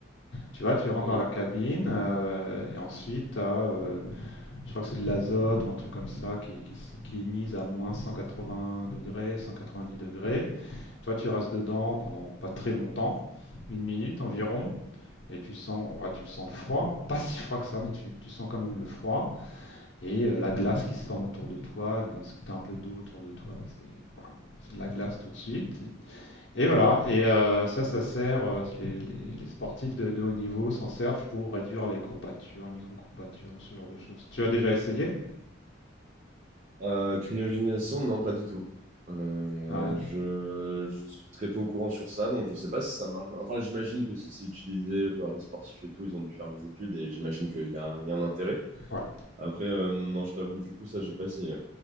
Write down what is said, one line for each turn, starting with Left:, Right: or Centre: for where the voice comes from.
Left: Tu vois, tu rentres
Right: Mhm.
Left: dans la cabine euh, et ensuite, t'as, euh, je crois que c'est de l'azote ou un truc comme ça qui, qui, qui est mise à moins 180 degrés, 190 degrés. Toi, tu restes dedans pendant pas très longtemps, une minute environ, et tu sens, ouais, tu le sens le froid, pas si froid que ça, mais tu, tu sens quand même le froid et euh, la glace qui se forme autour de toi. Disons, si tu as un peu d'eau autour de toi, bah, c'est bam, c'est de la glace tout de suite. Et voilà, et euh, ça, ça sert, euh, les, les- les sportifs de, de haut niveau s'en servent pour réduire les courbatures, les micro-courbatures, ce genre de choses. Tu as déjà essayé?
Right: Euh, cryogénisation, non, pas du tout. Euh,
Left: Ouais.
Right: je, je suis très peu au courant sur ça, donc je sais pas si ça marche. Enfin, j'imagine que si c'est utilisé par les sportifs et tout, ils ont dû faire des études et j'imagine qu'il y a, un- il y a un intérêt.
Left: Ouais.
Right: Après, euh, non, je t'avoue que du coup, ça, j'ai pas essayé.